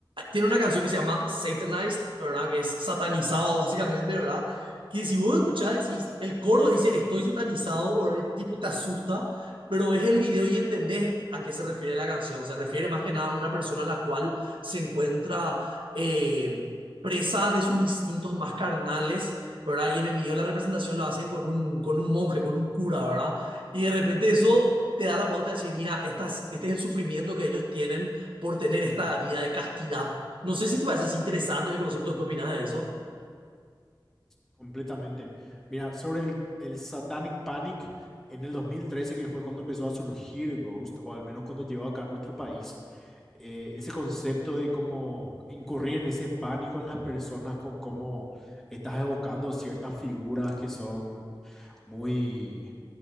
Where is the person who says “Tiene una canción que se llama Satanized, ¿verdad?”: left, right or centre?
Right